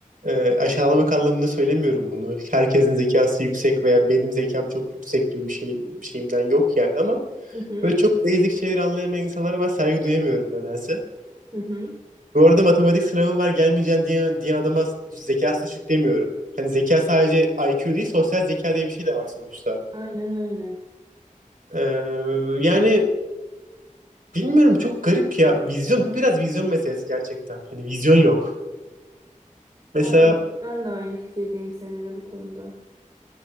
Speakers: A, on the right; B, on the right.
A: Ee, aşağılamak anlamında söylemiyorum bunu. Herkesin zekası yüksek veya benim zekam çok yüksek gibi bir şey bir şeyimden yok yani ama
B: Hı hı.
A: böyle çok basic şeyleri anlayamayan insanlara ben saygı duyamıyorum nedense.
B: Hı hı.
A: Bu arada matematik sınavım var gelmeyeceğim diye, diye adama zekası düşük demiyorum. Hani zeka sadece IQ değil sosyal zeka diye bir şey de var sonuçta.
B: Aynen öyle.
A: Ee, yani bilmiyorum çok garip ya. Vizyon bu biraz vizyon meselesi gerçekten. Hani vizyon yok. Mesela
B: Vallahi ben de aynı fikirdeyim seninle bu konuda.